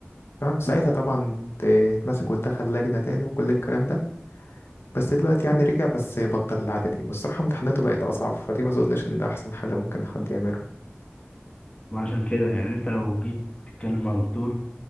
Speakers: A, on the left; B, on the left.
A: تمام ساعتها طبعا ت- اتمسك واتدخل لجنه تاني وكل الكلام ده بس دلوقتي يعني رجع بس بطل العادة دي والصراحة امتحاناته بقت أصعب فدي ما أظنش إن ده أحسن حل ممكن حد يعمله
B: ما عشان كده يعني انت لو جيت تتكلم مع دكتور